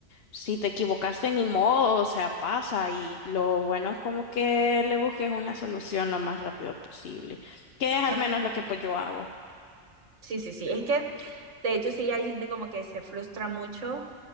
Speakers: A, on the left (about 55°); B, on the right (about 70°).
A: si te equivocaste ni modo, o sea, pasa y lo bueno es como que le busques una solución lo más rápido posible, que es al
B: No,
A: menos lo que pues yo hago.
B: sí, sí, sí. Es que, de hecho, sí, hay gente como que se frustra mucho